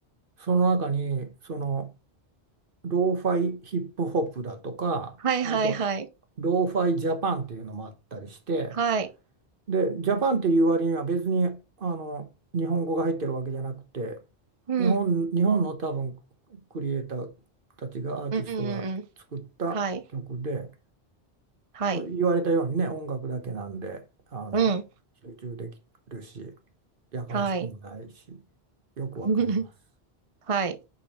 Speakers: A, on the right (about 55°); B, on the right (about 35°).
A: その中に、その、ローファイヒップホップだとか、
B: はいはいはい。
A: あと、ローファイジャパンっていうのもあったりして、
B: はい。
A: で、ジャパンっていう割には別に、あの、日本語が入ってるわけじゃなくて、
B: うん。
A: 日本、日本の多分、クリエイターたちが、アーティストが作った曲で、
B: うんうんうん。はい。はい。
A: 言われたようにね、音楽だけなんで、あの、
B: うん。
A: 集中できるし、やかましくもないし、
B: はい。
A: よくわかります。
B: <laughs> はい。